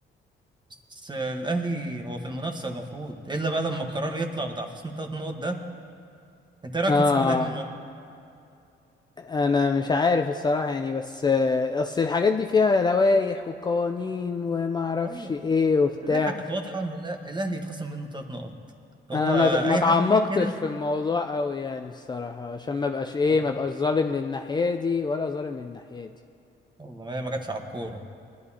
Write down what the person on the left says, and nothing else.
اه
انا مش عارف الصراحة يعني بس آه، اصل الحاجات دي فيها لوائح وقوانين وما اعرفش
ايه وبتاع
انا ما ما
تعمقتش
في الموضوع قوي يعني الصراحة عشان ما بقاش ايه
ما بقاش ظالم للناحية دي ولا ظالم للناحية دي